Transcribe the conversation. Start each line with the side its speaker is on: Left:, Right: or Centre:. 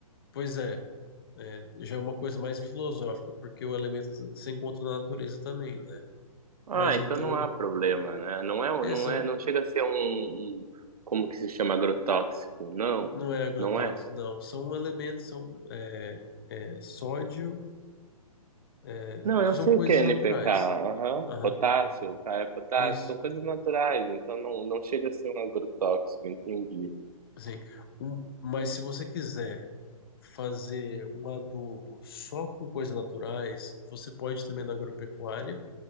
Left: pois é, é, já é uma coisa mais filosófica, porque o elemento se encontra na natureza também, né?
Right: Ah,
Left: Mas
Right: então
Left: então,
Right: não há problema, né? Não é, um,
Left: essa
Right: não é, não chega a ser um, um- como que se chama, agrotóxico. Não,
Left: não é agrotóxico,
Right: não é.
Left: não. São elementos, são é, é, sódio, é,
Right: Não, eu sei
Left: são coisas
Right: que é
Left: naturais.
Right: NPK, aham,
Left: Aham,
Right: potássio, K é potássio,
Left: isso.
Right: são coisas naturais, então não, não chega a ser um agrotóxico, entendi.
Left: Assim, um- mas se você quiser fazer um adubo só com coisas naturais, você pode também na agropecuária